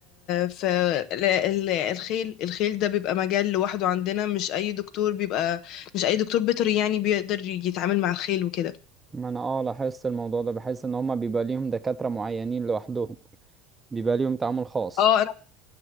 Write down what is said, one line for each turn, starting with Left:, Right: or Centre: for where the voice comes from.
Left: في ال- ال- الخيل الخيل ده بيبقى مجال لوحده عندنا مش أي دكتور بيبقى مش أي دكتور بيطري يعني بيقدر يتعامل مع الخيل وكده
Right: ما أنا اه لاحظت الموضوع ده بحس إن هما بيبقى ليهم دكاترة معينين لوحدهم بيبقى ليهم تعامل خاص
Left: اه